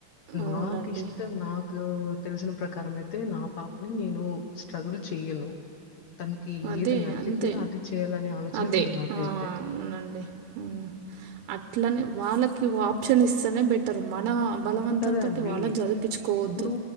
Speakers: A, on the right; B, on the left.
A: అవునండి.
B: నాకిష్టం నాకు తెలిసిన ప్ర కరం అయితే నా పాప్ని నేను స్ట్రగుల్ చెయను తనకి
A: అదే.
B: ఏది నచ్చితే
A: అంతే.
B: అది చేయలనే ఆలోచనే
A: అదే.
B: ఉంది నాకైతే
A: ఆ! అవునండి మ్ అట్లనే వాళ్ళకి వాప్షన్ ఇస్తేనే బెటర్ మనా బలవంతంతోటి
B: కదా అండీ!
A: వాళ్ళన్ చదివిపిచుకోవద్దు
B: ఇప్పుడు